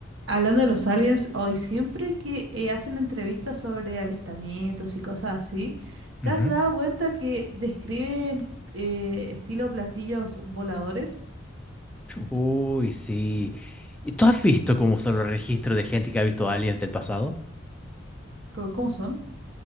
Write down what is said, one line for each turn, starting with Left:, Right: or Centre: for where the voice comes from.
Right: hablando de los aliens, hoy siempre que eh, hacen entrevistas sobre avistamientos y cosas así, ¿te
Centre: Ujú.
Right: has dado cuenta que describen eh, estilo platillos voladores?
Centre: Uy, sí. ¿Y tú has visto cómo son los registros de gente que ha visto aliens del pasado?
Right: Co- ¿Cómo, son?